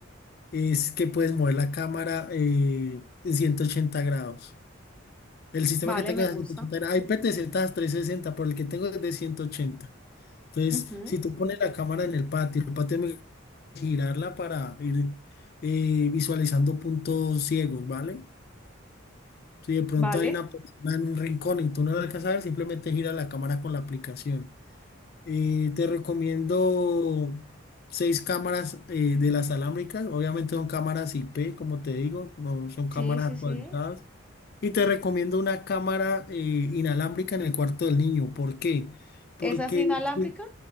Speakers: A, on the left; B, in the centre.
A: es que puedes mover la cámara eh, en 180 grados. El sistema
B: vale,
A: que tengo
B: me
A: es
B: gusta.
A: de 180 grados. Hay PTZ 360, pero el que tengo es de 180. Entonces,
B: Ujú,
A: si tú pones la cámara en el patio, el patio me girarla para ir eh, visualizando puntos ciegos, ¿vale? Si de pronto
B: Vale,
A: hay una persona en un rincón y tú no la alcanzas a ver, simplemente gira la cámara con la aplicación. Eh, te recomiendo seis cámaras eh, de las alámbricas. Obviamente son cámaras IP, como te digo, no son
B: sí,
A: cámaras
B: sí,
A: actualizadas.
B: sí.
A: Y te recomiendo una cámara eh, inalámbrica en el cuarto del niño. ¿Por qué? Porque
B: ¿Esa es inalámbrica?
A: si